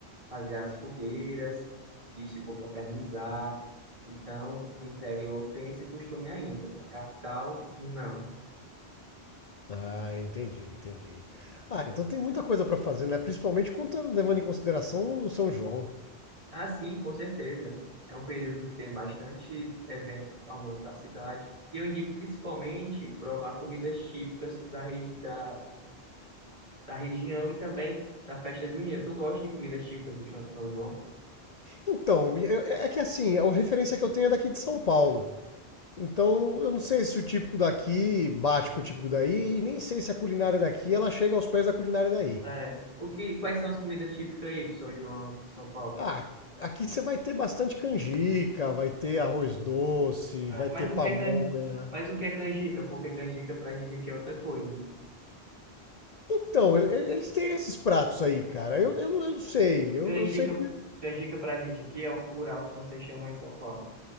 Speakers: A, on the right (about 30°); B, on the left (about 45°).
A: fazer as fogueiras, de se confraternizar. Então, o interior tem esse costume ainda. Na capital, não.
B: Ah, entendi, entendi. Ah, então tem muita coisa pra fazer, né? Principalmente quando tá levando em consideração o São João.
A: Ah, sim, com certeza. É um período que tem bastantes eventos ao longo da cidade. E eu indico principalmente provar comidas típicas da, regi- da, da região e também da festa junina. Tu gosta de comidas típicas do Chão de São João?
B: Então, me- eu- é é que assim, a referência que eu tenho é daqui de São Paulo. Então, eu não sei se o típico daqui bate com o típico daí, e nem sei se a culinária daqui ela chega aos pés da culinária daí.
A: É. O que, quais são as comidas típicas aí do São João, de São Paulo?
B: Ah, aqui você vai ter bastante canjica, vai ter arroz doce,
A: É,
B: vai
A: mas
B: ter pamonha.
A: o que é can... mas o que é canjica? Porque canjica pra gente aqui é outra coisa.
B: Então, ele- ele- eles têm esses pratos aí, cara. Eu, eu, não, eu não sei. Eu,
A: Canjica,
B: eu sei que.
A: canjica pra gente aqui é o curau que vocês chamam em São Paulo.